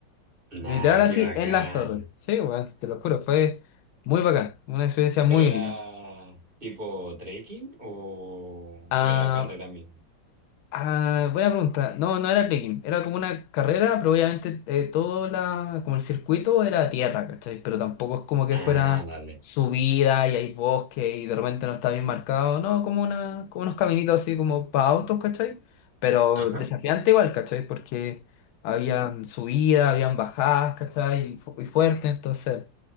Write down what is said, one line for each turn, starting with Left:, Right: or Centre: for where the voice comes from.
Right: Nah,
Left: Literal así
Right: qué bacán.
Left: en las torres. Sí, weón, te lo juro, fue muy bacán, una experiencia muy
Right: ¿Pero era
Left: única.
Right: tipo trekking o,
Left: Ah,
Right: o era carrera misma?
Left: ah, buena pregunta. No, no era trekking, era como una carrera, pero obviamente eh, todo la, como el circuito era tierra, ¿cachai? Pero tampoco es como que
Right: Ah,
Left: fuera
Right: vale.
Left: subida y hay bosque y de repente no está bien marcado, no, como una, como unos caminitos así como para autos, ¿cachai? Pero
Right: Ajá.
Left: desafiante igual, ¿cachai? Porque habían subidas, habían bajadas, ¿cachai? Y, fu- y fuerte, entonces.